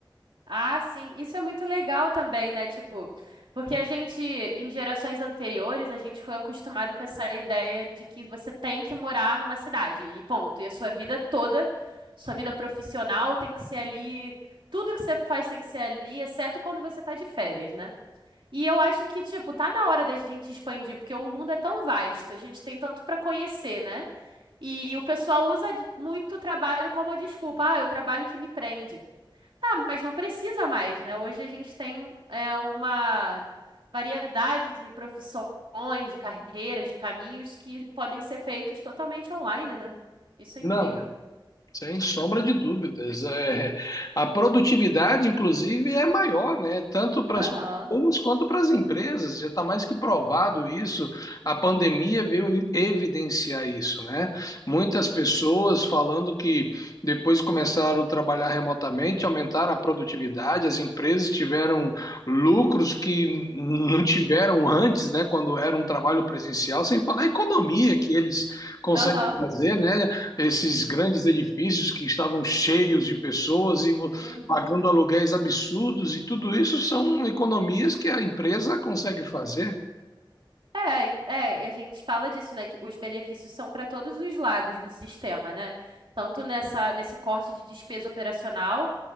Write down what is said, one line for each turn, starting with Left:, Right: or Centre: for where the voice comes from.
Right: Ah, sim, isso é muito legal também, né? Tipo, porque a gente, em gerações anteriores, a gente foi acostumado com essa ideia de que você tem que morar numa cidade e ponto. E a sua vida toda, sua vida profissional tem que ser ali, tudo que você faz tem que ser ali, exceto quando você tá de férias, né? E eu acho que, tipo, tá na hora da gente expandir, porque o mundo é tão vasto, a gente tem tanto pra conhecer, né? E o pessoal usa de- muito o trabalho como a desculpa, ah, é o trabalho que me prende. Tá, mas não precisa mais, né? Hoje a gente tem é, uma variedade de profissões, de carreiras, de caminhos que podem ser feitos totalmente online, né? Isso é
Left: Não.
Right: incrível.
Left: Sem sombra de dúvidas. É, a produtividade, inclusive, é maior, né? Tanto para
Right: Aham.
Left: as pessoas quanto para as empresas. Já está mais que provado isso. A pandemia veio evidenciar isso, né? Muitas pessoas falando que depois começaram a trabalhar remotamente, aumentaram a produtividade, as empresas tiveram lucros que não
Right: Uhum.
Left: tiveram antes, né? Quando era um trabalho presencial, sem falar a economia
Right: Sim.
Left: que eles conseguem
Right: Aham.
Left: fazer, né? esses
Right: Uhum.
Left: grandes edifícios que estavam cheios de pessoas e vo-
Right: Uhum.
Left: pagando aluguéis absurdos, e tudo isso são economias que a empresa consegue fazer.
Right: É, é, a gente fala disso, né? Que os benefícios são para todos os lados do sistema, né? Tanto nessa, nesse corte de despesa operacional